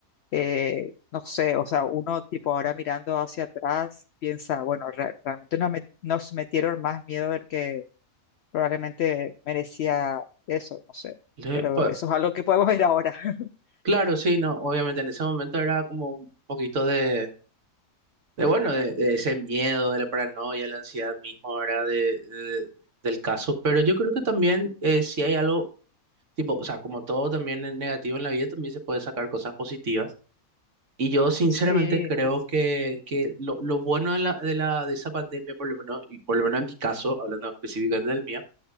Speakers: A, on the left (about 65°); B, on the right (about 60°).
A: Eh, no sé, o sea, uno tipo ahora mirando hacia atrás piensa, bueno, re- realmente nos, met- nos metieron más miedo del que probablemente merecía eso, no sé,
B: Le-
A: pero
B: pues,
A: eso es algo que podemos ver ahora. <laughs>
B: claro, sí, no, obviamente en ese momento era como un poquito de de bueno, de, de ese miedo, de la paranoia, la ansiedad misma ahora de, de- del caso, pero yo creo que también eh, si hay algo, tipo, o sea, como todo también es negativo en la vida, también se puede sacar cosas positivas. Y yo sinceramente
A: Sí,
B: creo que, que lo, lo bueno de la, de la, de esa pandemia, por lo menos, y por lo menos en mi caso, hablando específicamente del mío,